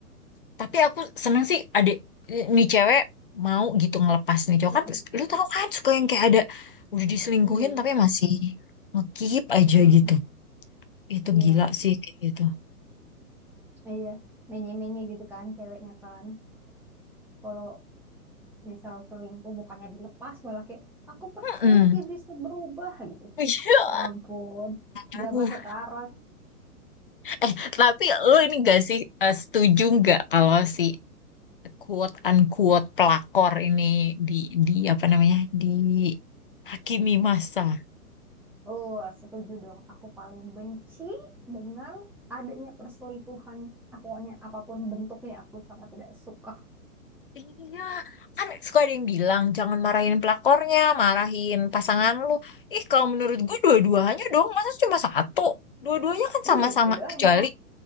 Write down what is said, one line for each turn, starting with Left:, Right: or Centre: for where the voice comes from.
Left: Tapi aku seneng sih adik nih cewek mau gitu ngelepas nih cowok
Centre: Mm-mm.
Left: kan lu tahu kan suka yang kayak ada udah diselingkuhin
Centre: Iya, iya.
Left: tapi masih ngekip aja
Centre: Mm-mm.
Left: gitu. Itu
Centre: Iya,
Left: gila sih kayak gitu.
Centre: iya. Menye-menye gitu kan ceweknya kan. Kalau misal selingkuh bukannya dilepas malah kayak aku percaya
Left: Mm-mm.
Centre: dia bisa berubah gitu.
Left: Iya,
Centre: Ya ampun.
Left: Aduh.
Centre: Zaman sekarang.
Left: Eh, tapi lu ini gak sih eh, setuju nggak kalau si quote unquote pelakor ini di di apa namanya dihakimi masa?
Centre: Oh, setuju dong. Aku paling benci dengan adanya perselingkuhan. Pokoknya apapun bentuknya aku sangat tidak suka.
Left: Iya, kan suka ada yang bilang jangan marahin pelakornya, marahin pasangan lu. Ih, kalau menurut gue dua-duanya dong, masa cuma satu? Dua-duanya kan
Centre: Iya,
Left: sama-sama
Centre: dua-duanya
Left: kecuali
Centre: lah.